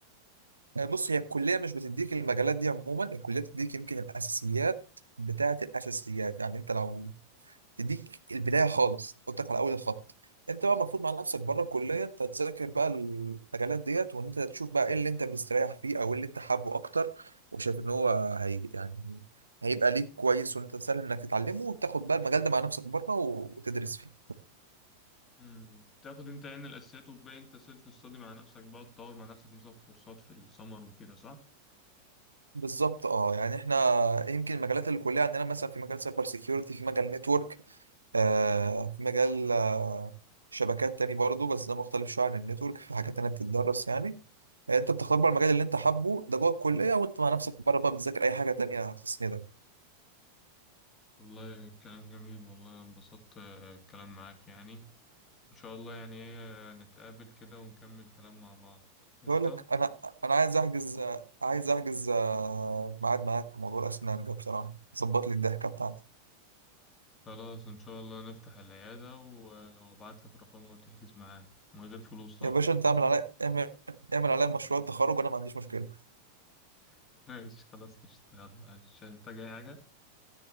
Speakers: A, on the right; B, on the left.
A: آه، بص هي الكليه مش بتديك المجالات دي عموما الكليه بتديك يمكن الاساسيات بتاعه الاساسيات يعني انت لو تديك البدايه خالص تحطك على اول الخط انت بقى المفروض مع نفسك بره الكليه انت تذاكر بقى المجالات ديت وان انت تشوف بقى ايه اللي انت مستريح فيه او إيه اللي انت حابه اكتر وشايف ان هو هي يعني هيبقى ليك كويس وان انت سهل انك تتعلمه وتاخد بقى المجال ده مع نفسك بره وتدرس فيه
B: مم، تاخد أنت يعني الأساسيات وتبقى أنت سيلف ستادي مع نفسك بقى تطور مع نفسك مثلا كورسات في السمر وكده صح؟
A: بالظبط اه يعني احنا يمكن المجالات اللي الكليه عندنا مثلا في مجال سايبر سيكيورتي في مجال نتورك آه في مجال آه شبكات تاني برضه بس ده مختلف شويه عن النتورك في حاجات تانية بتتدرس يعني يعني انت بتختار بقى المجال اللي انت حابه ده جوه الكليه وانت مع نفسك بره بقى بتذاكر اي حاجه تانية تسندك
B: والله كلام جميل والله أنا انبسطت آه، الكلام معاك يعني إن شاء الله يعني إيه نتقابل كده ونكمل كلام مع بعض قشطة
A: بيقول لك انا انا عايز احجز عايز احجز آه، ميعاد معاك في موضوع الاسنان ده بصراحه ظبط لي الضحكه بتاعتي
B: خلاص إن شاء الله نفتح العيادة و- وأبعت لك رقمها وتحجز معانا من غير فلوس طبعا
A: يا باشا انت اعمل عليا اعمل اعمل عليا مشروع التخرج وانا ما عنديش مشكله
B: <laughs> ماشي خلاص قشطة يلا مش هتحتاج أي حاجة